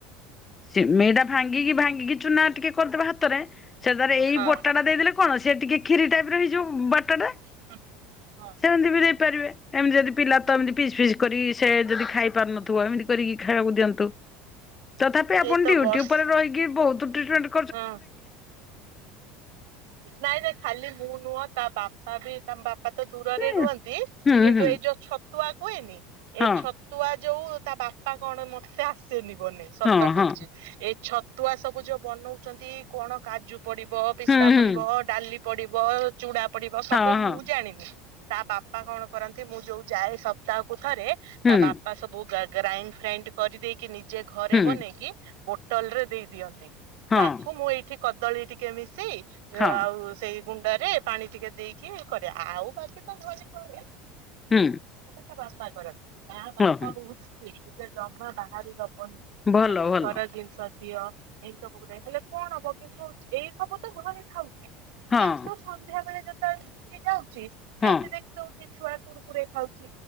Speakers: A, on the left; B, on the right.
A: ସିମେଇ ଟା ଭାଙ୍ଗିକି ଭାଙ୍ଗିକି ଚୁନା ଟିକେ କରିଦବ ହାତରେ ସେଥିରେ ଏଇ
B: ହଁ
A: ବଟା ଟା ଦେଇଦେଲେ କଣ ସେ ଟିକେ ଖିରି ଟାଇପ ର ହେଇଯିବ ବଟାଟା
B: ହୁଁ ହଁ।
A: ବି ଦେଇପାରିବେ ଏମିତି ଯଦି ପିଲା ତ ଏମତି ପିସ୍ ଫିସ୍ କରି ସେ ଯଦି ଖାଇପାରୁନଥିବ ଏମିତି କରିକି ଖାଇବାକୁ ଦିଅନ୍ତୁ। ତ ତଥାପି ଆପଣ
B: ଏଇ ତ
A: ଡ୍ୟୁଟି
B: ବର୍ଷ
A: ଉପରେ ରହିିକି ବହୁତ୍ ଟ
B: ହଁ ନାଇଁ ନାଇ ଖାଲି ମୁଁ ନୁହଁ ତା ବାପା ବି ତାମ ବାପା ତ ଦୂରରେ
A: ହୁଁ
B: ରୁହନ୍ତି କିନ୍ତୁ
A: ହୁଁ
B: ଏଇ ଯୋଉ ଛ ତୁଆ କୁହେନି
A: ହଁ
B: ଏ ଛତୁଆ ଯୋଉ ତା ବାପା କଣ ମତେ ଆସେନି ବନେଇ। ସତ
A: ହଁ
B: କହୁଛି
A: ହଁ
B: ଏ ଛତୁଆ ସବୁ ଯୋଉ ବନଉଛନ୍ତି କଣ କାଜୁ ପଡିବ ପିସ୍ତା
A: ହୁଁ ହୁଁ
B: ପଡିବ ଡାଲି ପଡିବ ଚୁଡା ପଡିବ ସବୁ
A: ହଁ
B: ମୁଁ
A: ହଁ
B: ଜାଣିନି। ତା ବାପା କଣ କରନ୍ତି ମୁଁ ଯୋଉ ଯାଏ ସପ୍ତାହକୁ ଥରେ ତା
A: ହୁଁ।
B: ବାପା ସବୁ ଗ୍ରାଇଣ୍ଡ୍ ଫ୍ରାଇଣ୍ଡ୍ କରିଦେଇକି ନିଜେ ଘରେ
A: ହୁଁ
B: ବନେଇକି ବୋଟଲ୍ ରେ ଦେଇ ଦିଅନ୍ତି।
A: ହଁ
B: ତାକୁ ମୁଁ ଏଇଠି କଦଳୀ ଟିକେ ମିଶେଇ
A: ହଁ
B: ଆଉ ସେଇ ଗୁଣ୍ଡରେ ପାଣି ଟିକେ ଦେଇକି କରିଆ ଆଉ ବାକି ତ ଘରେ କରେ
A: ହୁଁ
B: ତା ବାପା କରନ୍ତି ତା ବାପା
A: ହଁ ହଁ
B: ବହୁତ ସ୍ଟ୍ରିକ୍ଟ ସେ ଜମା ବାହାରୁ ଦବନି।
A: ଭଲ
B: ତାକୁ
A: ଭଲ
B: ଘର ଜିନିଷ ଦିଅ ଏଇ ସବୁ ହେଲେ କଣ ହବ କିନ୍ତୁ ଏଇ ସବୁ ତ ଘରେ ଖାଉଛି
A: ହଁ
B: କିନ୍ତୁ ସନ୍ଧ୍ୟାବେେଳେ ଯେତେବେଳେ ଉଠି ଯାଉଛି ସେମିତି
A: ହଁ
B: ଦେଖି ଦଉଛି ଛୁଆ କୁରୁକୁରେ ଖାଉଛି।